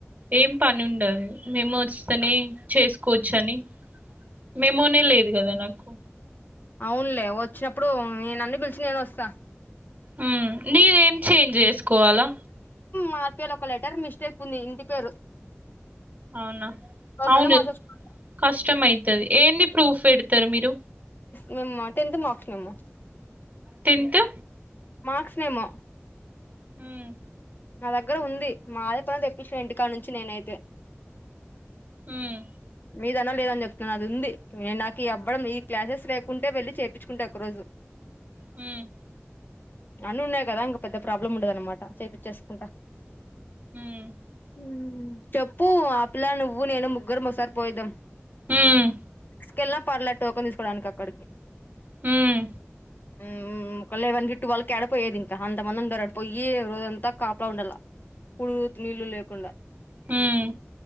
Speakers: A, on the right (about 40°); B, on the left (about 45°).
A: ఏం పని ఉండదు మేము వస్తేనే చేసుకోవచ్చు అని మేమోనే లేదు కదా నాకు
B: అవునులే వచ్చినప్పుడు నేను అన్ని పిలిచి నేను వస్తా
A: ఉమ్ నీరేం చేంజ్ చేసుకోవాలా
B: మార్కలు ఒక లెటర్ మిస్టేక్ ఉంది ఇంటి పేరు
A: అవునా
B: దాని
A: అవును
B: మీద మార్చచ్చు
A: కష్టమ అవుతుంది ఏంది ప్రూఫ్ పెడతారు మీరు
B: మేమ్మ టెన్త్ మార్క్స్ మేమో
A: తింటు
B: మార్క్స్ మెమో
A: హుమ్
B: మా దగ్గర ఉంది మాది కొని తెప్పించ ఇంటికాడ నుంచి నేనైతే
A: ఉమ్
B: మీదైనా లేదని చెప్తున్నాను. అది ఉంది నేను నాకు ఈ అబ్బడం ఈ క్లాసెస్ లేకుంటే వెళ్ళి చేయించుకుంట ఒకరోజు
A: ఉమ్
B: అన్నీ ఉన్నాయి కదా ఇంక పెద్ద ప్రాబ్లం ఉండదన్నమాట చేపిచ్చేసుకుంటా
A: ఉమ్
B: ఉమ్ చెప్పు ఆ పిల్లా నువ్వు నేను ముగ్గురు మస్ సరి పోయిదం
A: ఉమ్
B: స్కెలా పర్లే టోకన్ తీసుకోడానికక్కడికి.
A: హ్మ్
B: ఉమ్ ఉమ్ ఉమ్, కలేవన్ గ ఇట్టు వాళ్ళకి యాడపోయేది ఇంకా అంతమంది ఉండారడ పోయి రోజంతా కాపలా ఉండాల, కూడు నీళ్ళు లేకుండా.
A: హ్మ్